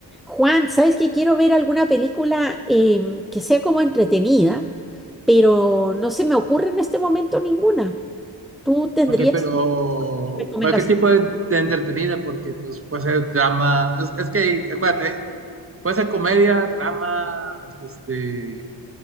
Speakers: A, in the centre; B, on the right.
A: Juan, ¿sabes qué? Quiero ver alguna película em, que sea como entretenida, pero no se me ocurre en este momento ninguna. ¿Tú tendrías
B: Ok, pero
A: recomendación?
B: ¿para ¿qué tipo de, de entretenida? Porque pues puede ser drama, es, es que acuérdate, eh, puede ser comedia, drama, este,